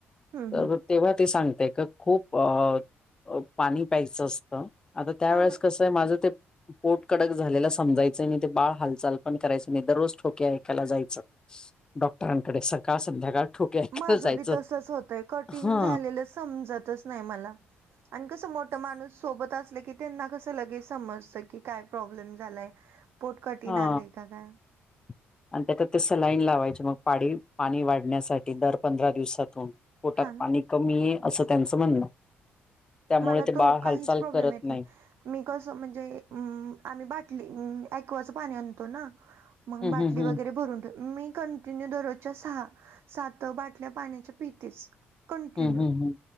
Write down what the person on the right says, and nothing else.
हम्म
हम्म
हा
माझंबी
तसच होतंय. कठीण
झालेलं समजतच नाही मला. आणि कसं मोठं माणूस सोबत असलं की त्यांना कसं लगेच समजत की काय प्रॉब्लेम झालाय. पोट कठीण
आलेय का काय.
हा ना
मला
तो
काहीच
प्रॉब्लेम
येत
मी कसं म्हणजे आम्ही बाटली ॲकवाच पाणी आणतो ना. मग
बाटली
वगैरे भरून ठे मी कं दरोजच्या सहा, सात बाटल्या पाण्याच्या पितेच कंटिन्यु.